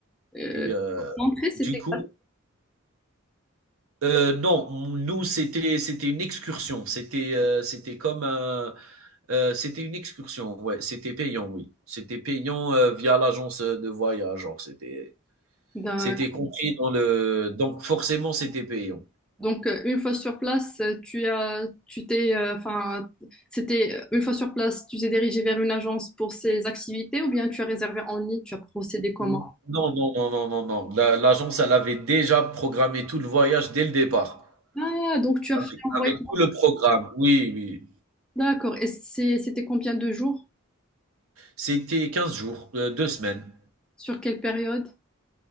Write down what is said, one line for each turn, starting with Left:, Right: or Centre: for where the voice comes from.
Centre: Euh,
Right: et heu,
Centre: l'entrée, c'était
Right: du coup heu, non, on nous, c'était c'était une excursion. C'était, heu, c'était comme un, heu, c'était une excursion, ouais, c'était payant, oui. C'était payant, heu, via l'agence, de voyage, genre, c'était
Centre: quoi?
Right: c'était compris dans le donc forcément, c'était payant.
Centre: Donc, euh, une fois sur place, euh, tu as, tu t'es, enfin, c'était une fois sur place, tu t'es dirigé vers une agence pour ces activités ou bien tu as réservé en ligne, tu as procédé comment?
Right: non, non, non, non, non, non. La l'agence, elle avait déjà programmé tout le voyage dès le départ,
Centre: Ah, donc tu as
Right: avec
Centre: fait un
Right: avec
Centre: voyage.
Right: tout le programme. Oui, oui.
Centre: D'accord. Et c'est- c'était combien de jours?
Right: C'était 15 jours, heu, 2 semaines.
Centre: Sur quelle période?